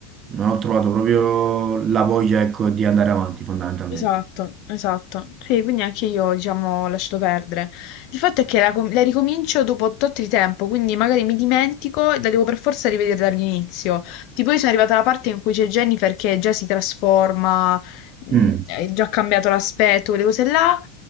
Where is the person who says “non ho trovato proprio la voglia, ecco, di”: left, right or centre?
Right